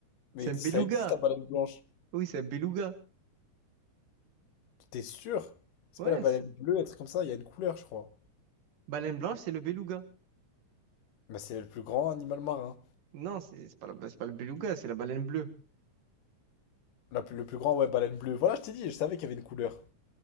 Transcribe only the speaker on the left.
Mais
ça
existe, la baleine blanche.
T'es sûr? C'est
pas la baleine
bleue, un truc comme ça, il y a une couleur, je crois.
Bah, c'est le plus grand animal marin.
La plus- le plus grand, ouais, baleine bleue. Voilà, je t'ai dit, je savais qu'il y avait une couleur.